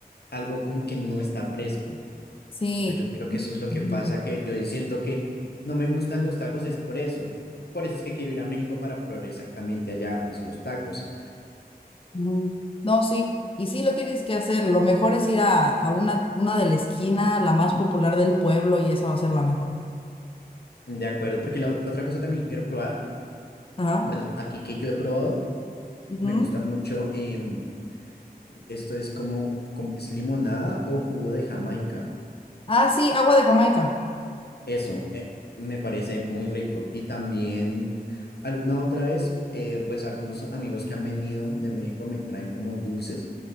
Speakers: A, on the left; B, on the left.
A: algo como que no está fresco.
B: sí,
A: Entonces yo creo que eso es lo que
B: ujú,
A: pasa, que yo siento que no me gustan los tacos, es por eso. Por eso es que quiero ir a México para probar exactamente allá, pues los tacos.
B: ujú. no, sí. Y sí lo tienes que hacer, lo mejor es ir a, a una, una de la esquina, la más popular del pueblo, y esa va a ser la mejor.
A: De acuerdo, porque la ot- otra cosa también que quiero probar.
B: Ajá.
A: Bueno, aquí que yo he probado,
B: ujú.
A: me gusta mucho, em, esto es como, como- es limonada o jugo de Jamaica.
B: Ah, sí, agua de Jamaica.
A: Eso, eh, me parece muy rico. Y también alguna otra vez, eh, pues algunos amigos que han venido de México me traen como dulces,